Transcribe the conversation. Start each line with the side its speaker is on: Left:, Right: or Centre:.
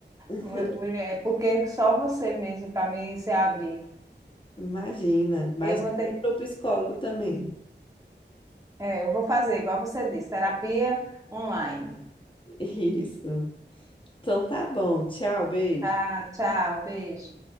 Left: <laughs>
Right: mu- mulher, porque só você mesmo para mim se abrir.
Left: Imagina. Mas
Right: Eu vou
Left: procura
Right: ter,
Left: o psicólogo também.
Right: é, eu vou fazer igual você disse, terapia online.
Left: <laughs> Isso. Então tá bom. Tchau, beijo.
Right: Tá, tchau, beijo.